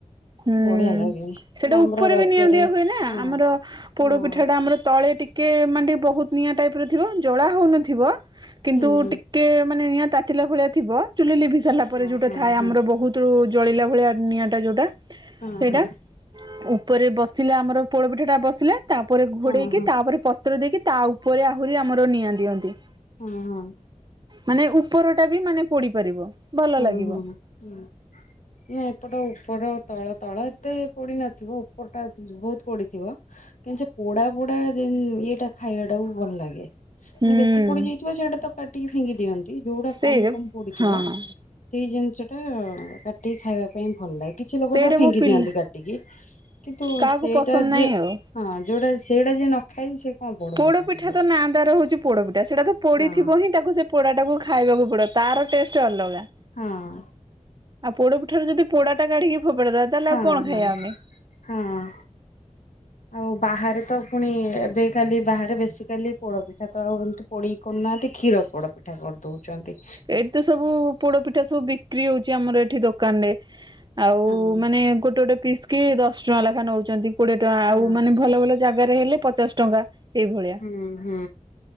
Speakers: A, on the right; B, on the left.
A: ହୁଁ
B: ବଢିଆ ଲାଗେ।
A: ସେଟା
B: ଆମର
A: ଉପରେ
B: ରଜରେ
A: ବି ନିଆଁ ଦିଆ ହୁଏନା
B: ହଁ
A: ଆମର ପୋଡ଼
B: ହଁ।
A: ପିଠା ଟା ଆମର ତଳେ ଟିକେ ମାନେ ବହୁତ ନିଆଁ ଟାଇପ୍ ର ଥିବ ଜଲା ହଉନଥିବ କିନ୍ତୁ
B: ହୁଁ ହୁଁ
A: ଟିକେ ମାନେ ନିଆଁ ତାତିଲା ଭଳିଆ ଥିବ ଚୁଲି ଲିିଭି ସାରିଲା
B: ହଁ
A: ପରେ ଯୋଉଟା ଥାଏ
B: ହଁ
A: ଆମର ବହୁତ୍। ତୁ ଜଳିଲା ଭଳିଆ ନିଆଁ ଟା ଯୋଉଟା ତୁ
B: ହଁ
A: ସେଇଟା
B: ହଁ
A: ଉପରେ ବସିଲା ଆମର ପୋଡ ପିଠା ଟା ବସିଲା ତାପରେ ଘୋଡେଇକି
B: ହଁ ହଁ ହଁ
A: ତାପରେ ପ ତ୍ର ଦେଇକି ତା ଉପରେ ଆହୁରି ଆମର ନିଆଁ ଦିଅନ୍ତି।
B: ହଁ ହଁ।
A: ମାନେ ଉପର ଟା ବି ମାନେ ପୋଡି ପାରିବ। ଭଲ
B: ହଁ
A: ଲାଗିବ
B: ହଁ। ନା ଏପଟ ଉପର ତଳ ତଳ ଏତେ ପୋଡି ନଥିବ ଉପର ଟା ବହୁତ୍ ପୋଡିଥିବ। କିନ୍ତୁ ସେ ପୋଡା ପୋଡା ଯେ ଇଏଟା ଖାଇବାଟାକୁୁ ଭଲ ଲାଗେ। ମାନେ
A: ହୁଁ
B: ବେଶୀ ପୋଡି ଯାଇଥିବ ସେଇଟା ତ କାଟିକି ଫିଙ୍ଗି ଦିଅନ୍ତି ଯୋଉଟା
A: ସେଇଟା
B: କମ କମ ପୋଡିଥିବ।
A: ହଁ
B: ସେଇ ଜିନିଷ ଟା କାଟିକି ଖାଇବା ପାଇଁ ଭଲ ଲାଗେ କିଛି ଲୋକ
A: ସେଇଟା
B: ତାକୁ ଫିଙ୍କି
A: ମୋ ପିଲା
B: ଦିଅନ୍ତି କାଟିକି। କିନ୍ତୁ
A: କାହାକୁ
B: ସେଇଟା
A: ପସନ୍ଦ ନାହିଁ
B: ଯିଏ
A: ଆଉ।
B: ହଁ ଯୋଉଟା ସେଇଟା ଯିଏ ନ ଖାଇ ସେ କଣ
A: ପୋଡ ପିଠା
B: ଖାଇବ
A: ତ ନାଁ ତାର ହଉଛି ପୋଡପିଠା ସେଇଟା ତ ପୋଡିଥିବ
B: ହଁ
A: ହିଁ। ତାକୁ ସେ ପୋଡା ଟାକୁ ଖାଇବାକୁ ପୋଡ ତାର ଟେଷ୍ଟ ଅଲଗା।
B: ହଁ।
A: ଆଉ ପୋଡ ପିଠାରେ ଯଦି ପୋଡା କାଢିକି ଫୋପଡାବା ତାହେଲେ
B: ହଁ
A: ଆଉ କଣ
B: ହଁ
A: ଖାଇବା ଆମେ?
B: ହଁ ଆପ୍। ଆଉ ବାହାରେ ତ ପୁଣି ଏବେ କାଲି ବାହାରେ ବେଶୀ କାଲି ପୋଡପିଠା ତ ଆଉ ହଉ ପୋଡ଼ିକି କରୁନାହାନ୍ତି କ୍ଷୀର ପୋଡ଼ ପିଠା କରିଦଉଚନ୍ତି।
A: ଏଇଠି ତ ସବୁ ପୋଡ ପିଠା ସବୁ ବିକ୍ରି ହଉଛି ଆମର ଏଠି ଦୋକାନ ରେ। ଆଉ
B: ହଁ।
A: ମାନେ ଗୋଟେ ଗୋଟେ ପିସ୍ କି ଦଶ ଟଙ୍କା ଲେଖା ନଉଚନ୍ତି। କୋଡିଏ ଟଙ୍କା
B: ହଁ
A: ଆଉ ମାନେ ଭଲ ଭଲ ଜାଗାରେ ହେଲେ ପଚାଶ ଟଙ୍କା ଏଇଭଳି
B: ହୁଁ ହୁଁ